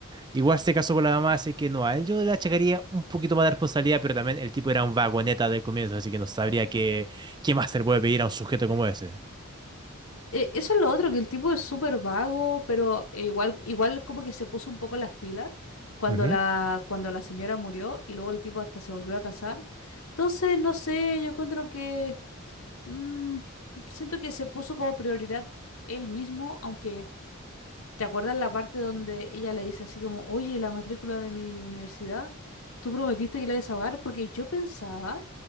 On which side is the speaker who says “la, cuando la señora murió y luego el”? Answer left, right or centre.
Left